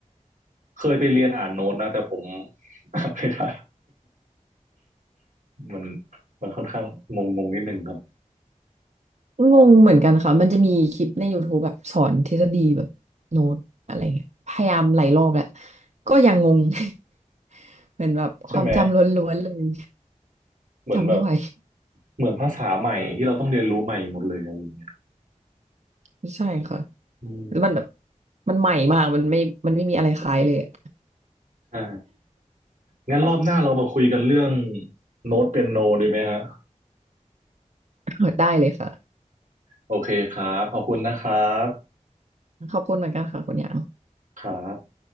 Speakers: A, on the right (about 75°); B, on the right (about 60°).
A: เคยไปเรียนอ่านโน้ตนะแต่ผม <laughs> ไม่ได้มันมันค่อนข้างงงงงนิดนึงครับ
B: งงเหมือนกันค่ะ มันจะมีคลิปใน YouTube แบบสอนทฤษฎีแบบโน้ตอะไรเงี้ยพยายามหลายรอบแหละก็ยังงง <laughs> เหมือนแบบความจำล้วนๆเลย
A: ใช่ไหมเหมือนแบบ
B: จำไม่ไหว
A: เหมือนภาษาใหม่ที่เราต้องเรียนรู้ใหม่หมดเลยอะไรอย่างเงี้ย
B: <laughs> ใช่ค่ะ
A: อืม
B: แล้วมันแบบมันใหม่มาก มันไม่มันไม่มีอะไรคล้ายเลยอะ
A: ใช่งั้นรอบหน้าเรามาคุยกันเรื่องโน้ตเปียโนดีไหมฮะ
B: <laughs> ได้เลยค่ะ
A: โอเคครับขอบคุณนะครับ
B: ขอบคุณเหมือนกันค่ะคุณหยาง
A: ครับ